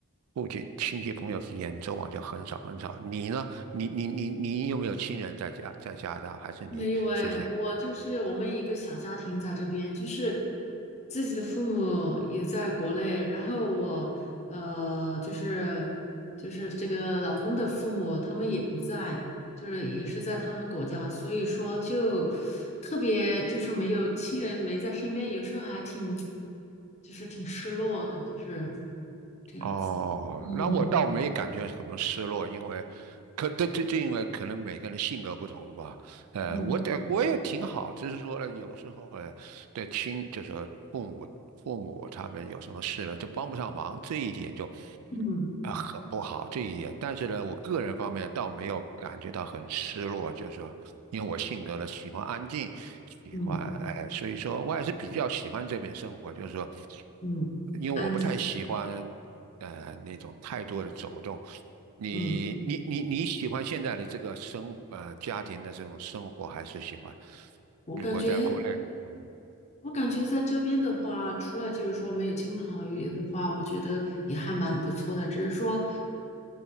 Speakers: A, on the right (about 80°); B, on the left (about 30°).
A: 附近亲戚朋友之间走往就很少很少。你呢？你你你你有没有亲人在加在加拿大，还是你自己？
B: 没有哎，我就是我们一个小家庭在这边，就是自己的父母也在国内，然后我呃就是就是这个老公的父母他们也不在，就是也是在他们国家，所以说就特别就是没有亲人没在身边，有时候还挺就是挺失落的，就是这样子。
A: 哦，
B: 嗯
A: 那我倒没感觉什么失落，因为可这这这因为可能每个人的性格不同吧。呃，
B: 嗯
A: 我得我也挺好，只是说呢，有时候呃对亲就是父母父母他们有什么事了，就帮不上忙，这一点就
B: 嗯
A: 啊、呃很不好这一点。但是呢，我个人方面倒没有感觉到很失落，就是说，因为我性格呢喜欢安静，喜欢哎、
B: 嗯
A: 呃所以说我还是比较喜欢这边生活，就是说。
B: 嗯，
A: 因为我不太喜欢呃那种太多的走动。
B: 安静。
A: 你你你你喜欢现在的这个生活呃家庭的这种生活，
B: 嗯，
A: 还是喜欢？
B: 我感觉。
A: 如果在国内，嗯，
B: 我感觉在这边的话，除了就是说没有亲朋好友的话，我觉得也还蛮不错的。只是说，